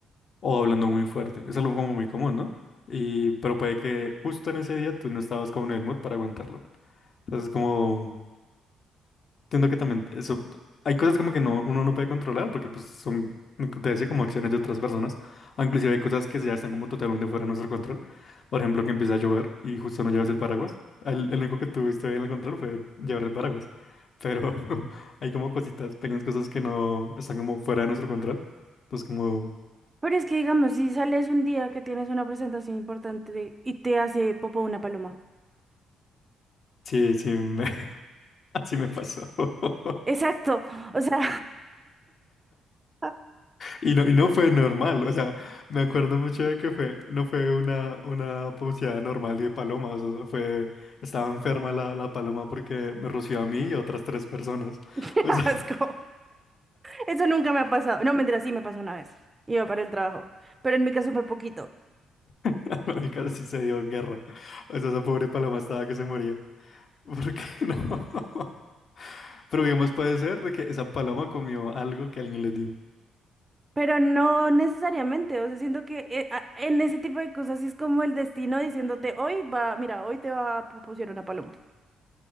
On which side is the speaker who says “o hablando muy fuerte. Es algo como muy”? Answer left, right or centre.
Left